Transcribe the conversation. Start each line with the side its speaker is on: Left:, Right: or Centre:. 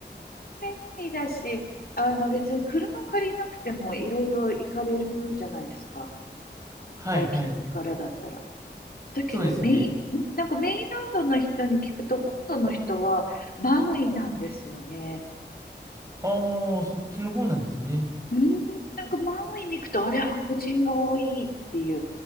Left: <laughs> 便利だし、あの、別に車借りなくてもいろいろ行かれるじゃないですか。
Right: はいはい。
Left: ワイキキからだったら。だけど、
Right: そうですよね。
Left: メイン、なんかメインランドの人に聞くと、本土の人はマウイなんですよね。
Right: ああ、そっちの方なんですね。
Left: うーん、なんかマウイに行くと、あれ、白人が多いっていう